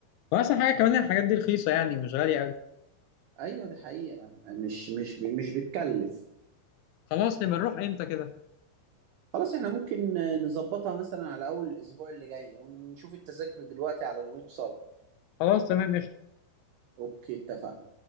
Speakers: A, on the left (about 85°); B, on the right (about 85°).
A: واحسن حاجه كمان الحاجات دي رخيصه يعني مش غاليه قوي
B: ايوه دي حقيقه مش مش مش بتكلف
A: خلاص نبقى نروح امتى كده
B: خلاص احنا ممكن نظبطها مثلا على اول الاسبوع اللي جاي ونشوف التذاكر دلوقتي على الويب سايت
A: خلاص تمام قشطة.
B: اوكي اتفقنا